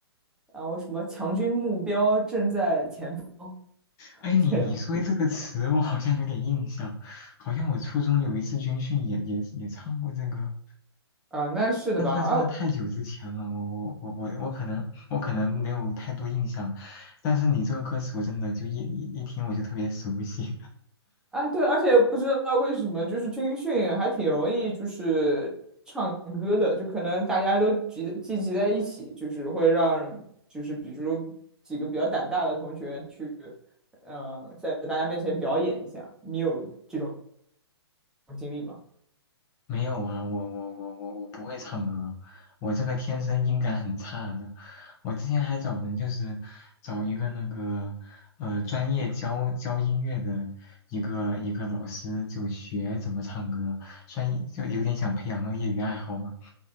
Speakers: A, in the centre; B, on the left (about 20°).
A: 然后什么强军目标正在前方，
B: 哎，你你说这个词，
A: 这样。
B: 我好像有点印象，好像我初中有一次军训也也也唱过这个，
A: 啊，那是的吧？
B: 但但是那太久之前了，
A: 啊
B: 我我我我我可能我可能没有太多印象，但是你这个歌词我真的就一一一听我就特别熟悉，
A: 啊，对，而且不知道为什么，就是军训还挺容易，就是唱歌的，就可能大家都集聚集在一起，就是会让，就是比如几个比较胆大的同学去，嗯、在大家面前表演一下。你有这种经历吗？
B: 没有啊，我我我我我不会唱歌，我这个天生音感很差的。我之前还找人，就是找一个那个呃专业教教音乐的一个一个老师，就学怎么唱歌，算一就有点想培养那个业余爱好嘛。